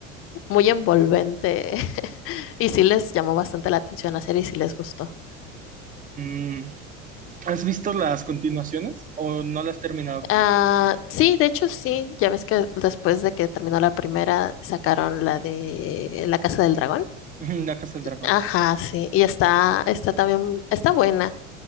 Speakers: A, on the left; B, on the right.
A: muy envolvente, <laughs> y sí les llamó bastante la atención la serie y sí les gustó.
B: Mm, ¿Has visto las continuaciones o no las has terminado como
A: Ah,
B: tal?
A: sí, de hecho sí, ya ves que después de que terminó la primera sacaron la de La Casa del Dragón.
B: Ujú, La Casa del Dragón.
A: Ajá, sí, y está, está también, está buena.